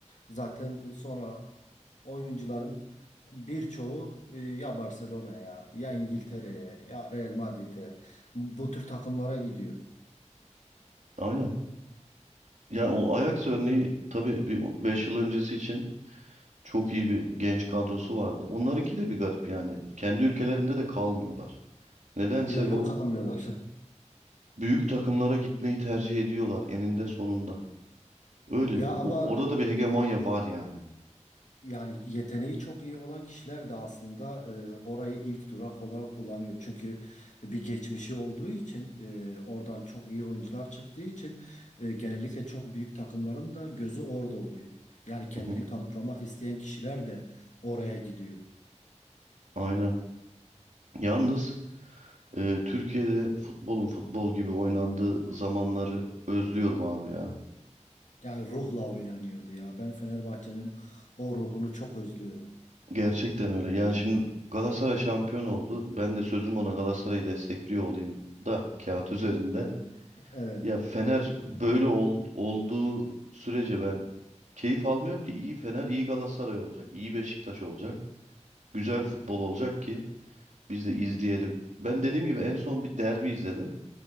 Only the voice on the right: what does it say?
aynen. Ya o Ajax örneği tabii bir 5 yıl öncesi için çok iyi bir genç kadrosu vardı. Onlarınki de bir garip yani. Kendi ülkelerinde de kalmıyorlar. Nedense
bu
büyük takımlara gitmeyi tercih ediyorlar eninde sonunda. Öyle
o-
orada da bir hegemonya var yani.
Hı hı,
aynen. Yalnız e, Türkiye'de futbolun futbol gibi oynandığı zamanları özlüyorum abi ya.
Gerçekten öyle. Yani şimdi Galatasaray şampiyon oldu. Ben de sözüm ona Galatasaray'ı destekliyor olayım da kağıt üzerinde.
Ya Fener böyle ol- olduğu sürece ben keyif almıyorum ki. İyi Fener, iyi Galatasaray olacak, iyi Beşiktaş olacak. Güzel futbol olacak ki biz de izleyelim. Ben dediğim gibi en son bir derbi izledim.